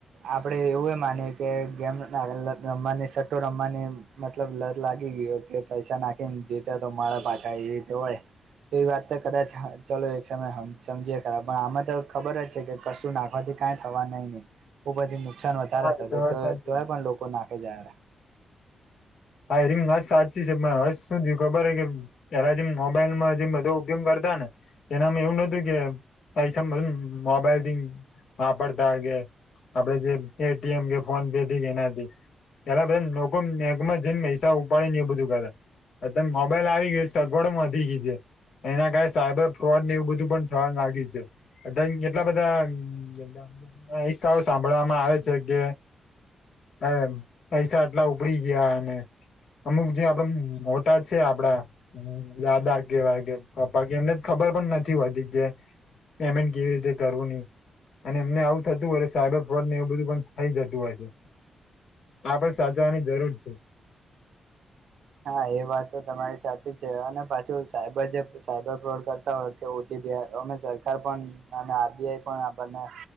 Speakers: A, on the right; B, on the left.
A: આપણે એવું એ માનીએ કે ગેમ રમવાની સટ્ટો રમવાની મતલબ લત લાગી ગઈ હતી. પૈસા નાખી ને જીતે તો મારે પાછા એવી રીતે હોય. તો એ વાત તો કદાચ ચાલો એક સમય સમજીએ ખરાબ પણ આમાં તો ખબર જ છે કે કશું નાખવાથી કઈ થવા નહી નહી બ બધી નુકસાન વધારે
B: હા
A: થશે
B: એ વાત
A: તો
B: સાચી
A: તોય પણ લોકો નાખે જાય
B: હા એરી હસ્ સાચી છે હ શું થયું ખબર હ કે પેલા જેમ મોબાઈલમાં જેમ બધો ઉપયોગ કરતા ને એનામાં એવું નતું કે પૈસા મ મોબાઈલ દ વાપરતા કે આપડે જે એટીએમ કે ફોન ભેથી કેનાથી પેલાધમાં જઈને પૈસા ઉપાડી ને એ બધું કરા અ મોબાઈલ આવી ગયો સગવડો વધી ગય છે. એના કારણે સાયબર ફ્રોડ ને એવું બધું પણ થવા લાગ્યું છે. અત્યારે એટલા બધા હિસ્સાઓ સાંભળવામાં આવે છે કે હ પૈસા એટલા ઉપડી ગયા અને અમુક જે આપડ મોટા છે આપડા દાદા કેવાય કે પપ્પા કે એમને ખબર પણ નથી હોતી કે પેમેન્ટ કેવી રીતે કરવું ની. અને એમને આવું થતું હોય છે સાયબર ફ્રોડ ને એવું બધું પણ થઈ જતું હોય છે. હા પણ સાચવાની જરૂર છે.
A: હા એ વાત તો તમારી સાચી. અને પાછું સાયબર જે સાબર પ્રોડ કરતા હોય કે ઓટીપી અમે સરકાર પણ અને આરબીઆઈ પણ આપને